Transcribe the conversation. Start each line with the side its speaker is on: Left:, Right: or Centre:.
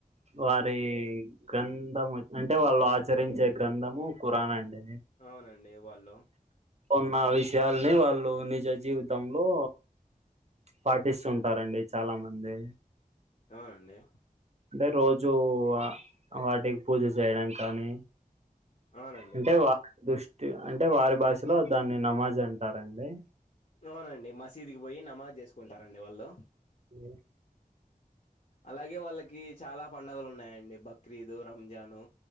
Right: వారీ గ్రంథము అంటే వాళ్ ఆచరించే గ్రంథము ఖురాన్ అండి
Left: అవునండి వాళ్ళు
Right: ఓన్న విషయాల్ని వాళ్ళు నిజ జీవితంలో పాటిస్తు ఉంటారండి చాలా మంది
Left: అ అండి
Right: అంటే రోజూ ఆ వాటికి పూజ చేయడం కానీ
Left: అవునండి
Right: అంటే వా దృష్టి అంటే వారి భాషలో దాన్ని నమాజ్ అంటారండి
Left: అవునండి మసీద్ కి పోయి నమాజ్ చేసుకుంటారండివాళ్ళు
Right: <inaudible>
Left: అలాగే వాళ్ళకి చాలా పండగలు ఉన్నాయండి బక్రీదు రంజాను